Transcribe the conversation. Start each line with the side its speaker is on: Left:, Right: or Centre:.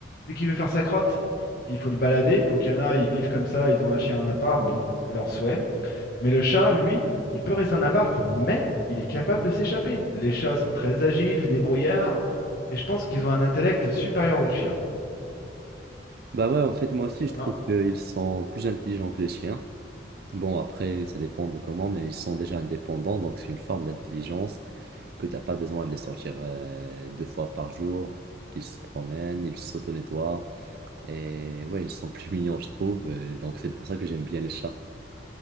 Left: Dès qu'il veut faire sa crotte, puis il faut le balader. Donc il y en a, ils vivent comme ça, ils ont un chien en appart, bon, c'est leur souhait. Mais le chat, lui, il peut rester en appart, mais il est capable de s'échapper. Les chats sont très agiles, débrouillards, et je pense qu'ils ont un intellect supérieur aux chiens.
Right: Bah ouais, en fait, moi aussi, je trouve
Left: Non,
Right: qu'ils sont plus intelligents que les chiens. Bon, après, ça dépend de comment, mais ils sont déjà indépendants, donc c'est une forme d'intelligence que t'as pas besoin de les sortir euh, deux fois par jour pour qu'ils se promènent, ils s'auto-nettoient. Et ouais, ils sont <laughs> plus mignons, je trouve. euh, donc c'est pour ça que j'aime bien les chats.